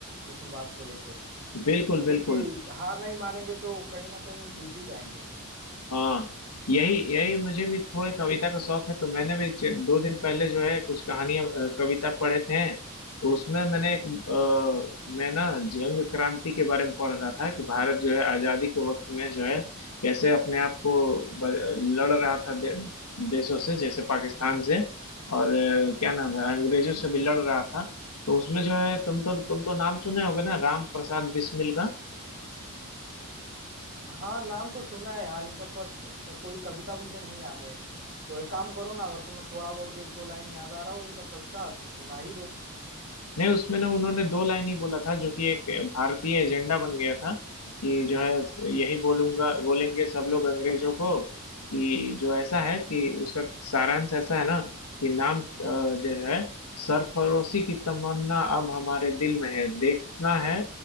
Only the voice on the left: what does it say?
बिल्कुल बिल्कुल
हाँ यही यही मुझे भी थोड़े कविता का शौक है तो मैंने भी चे- दो दिन पहले जो है कुछ कहानियां अ, कविता पढ़े थे तो उसमें मैंने एक अ, मैं ना जंग क्रांति के बारे में पढ़ रहा था कि भारत जो है आजादी के वक्त में जो है कैसे अपने आप को ब- लड़ रहा था दे, देशों से जैसे पाकिस्तान से और अ, क्या नाम है अंग्रेजों से भी लड़ रहा था तो उसमें जो है तुम तो तुम तो नाम सुने होगे ना राम प्रसाद बिस्मिल का
नहीं उसमें ना उन्होंने दो लाइन ही बोला था जो कि एक भारतीय एजेंडा बन गया था कि जो है यही बोलूंगा बोलेंगे सब लोग अंग्रेजों को कि जो ऐसा है कि उसका सारांश ऐसा है ना कि नाम अ, जो है सरफरोशी की तमन्ना अब हमारे दिल में है देखना है